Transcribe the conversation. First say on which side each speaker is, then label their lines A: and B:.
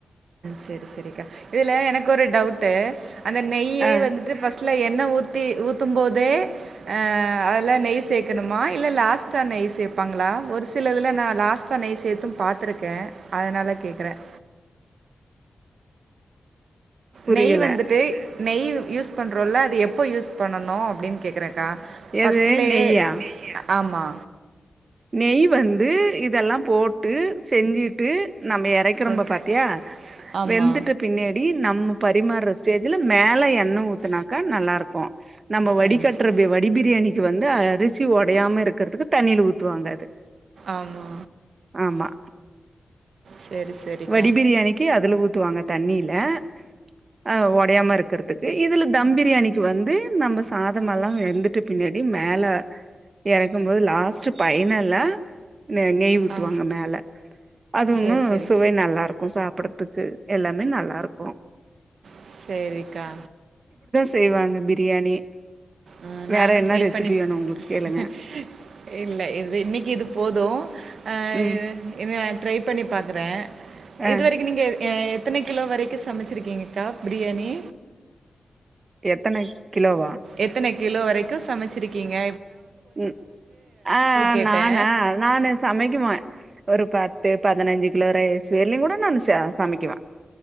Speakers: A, on the right; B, on the right.
A: செரி செரிக்கா இதுல எனக்கு ஒரு டவுட் அந்த நெய்யே
B: ஆ
A: வந்து பஸ்ட் லஎன்ன ஊ ஊத்தி ஊத்தும் போதே ஆ ஆ அதெல்லாம் நெய் சேக் சேக்குனமா இல்ல லாஸ்ட்டா நெய் சேபாங்களா ஒரு சில இதுல நான் லாஸ்டா நெய் சேத்தும் பாத்துருக்கேன் அதனால கேக்குறேன்
B: புரியல
A: நெய் வந்துட்டு நெய் யூஸ் பண்றோல அது எப்போ யூஸ் ணணும் அபடின்னு கேக்குற ஆ, பஸ்ட்டு
B: எது
A: லேயே
B: நெய்யா
A: ஆம்மா
B: நெய் வந்து இதெல்லாம் போட்டு செஞ்சிட்டு நம்ம இறக்கிறம்ப
A: ஓகே.
B: பாத்தியா
A: ஆமா.
B: வெந்துட்டு பினேடி நம்ம பரிமாற ஸ்டேஜ்ல மேல எண்ண ஊத்தனாக்கா நல்லா யிருக்கும் நம்ம வடி
A: அ
B: கட்டரபபே
A: சரி.
B: வடி பிரியாணி வந்து அரிசி உடையாம இருக்கிறதுக்கு தண்ணில ஊத் துவாங்காது
A: ஆமா
B: அம்மா
A: சரி சரிக்கா.
B: வடி பிரியாணிக்கு அதுல ஊத்துவாங்க தண்ணில ஆ ஆஹ் ஒடையாம இருக்கிறது க்கு இதுல தம் பிரியாணிக்கு வந்து நம்ம சாதமெல்லாம் வெந்துட்ட பின்னாடி மேல இறக்கும் போது லாஸ்ட் பைனல்ல ந நெய் ஊத்துவாங்க
A: ஆ
B: மேல அது
A: சரி
B: ஒன்னும்
A: சரி.
B: ஸ் நல்லா இருக்கோ சாப்பிடறதுக்கு எல்லாமே நல்லா இருக்கோ
A: ஸ் செரிக்கா
B: செய்வாங்க பிரியாணி
A: ஆஹ நானு
B: வேற என்ன
A: ட்ரை
B: ரெசிபி
A: பண்ணிப்
B: வேணு உங்களுக்கு கேளுங்க
A: ம்உ இல்ல இன்னிக்கு இது போது ஹ
B: ம்
A: இத. ட்ரை பண்ணி பாக்குற.
B: ஆ
A: இது வரைக்கு நீங்க. எ எத்தன கிலோ வரைக்கும் சமைச்சிருக்கீங்கக்கா பிரியாணி.
B: எத்தனை. கிலோவா.
A: எத்தன கிலோ வரைக்கு சமைச்சிருக்கீங்க.
B: உம் ஆஹ
A: கேட்டே
B: நானா நானு சமைக்குவ. ஒரு பத்து பதினஞ்சு கிலோ ரைஸ். தெர்லிங் கூட நானு ச சமைக்குவ.